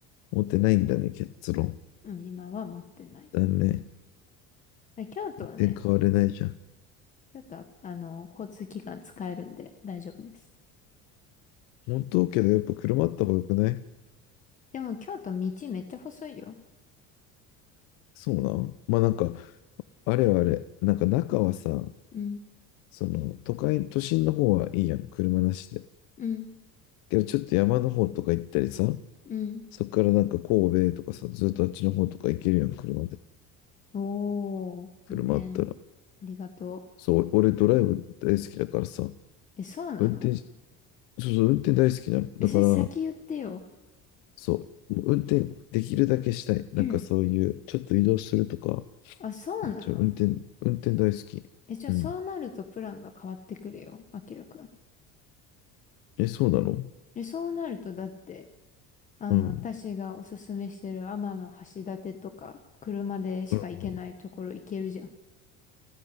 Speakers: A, on the left (about 85°); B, on the left (about 25°).
A: 持ってないんだね、結論。
B: うん、今は持ってないよ。
A: だね。
B: 京都はね、
A: 全然変われないじゃん。
B: 京都は、あの、交通機関使えるんで大丈夫です。
A: 本当けど、やっぱ車あった方が良くない
B: でも京都道めっちゃ細いよ。
A: そうなんまあなんか、あれはあれ、なんか中はさ、
B: うん、
A: その都会、都心の方はいいやん、車なしで。
B: うん、
A: けどちょっと山の方とか行ったりさ、
B: うん。
A: そっからなんか神戸とかさ、ずっとあっちの方とか行けるやん、車で。
B: おー、
A: 車あったら。
B: 運転、ありがと
A: そう、俺ドライブ大好きだからさ、
B: う。え、そうなの
A: 運転し、そうそう、運転大好きなの。
B: え、
A: だから、
B: それ先言ってよ。
A: そう、もう運転できるだけしたい。なんかそういう、
B: <clears throat>
A: ちょっと移動するとか、
B: あ、そうなの
A: ちょ、運転、運転大好き。
B: え、じゃあそうなるとプランが変わってくるよ、
A: うん。
B: あきらくん。
A: え、そうなの
B: え、そうなるとだって、あの、
A: うん。
B: 私がおすすめしてる天橋立とか、車でしか行けないところ行けるじゃん。
A: うんうん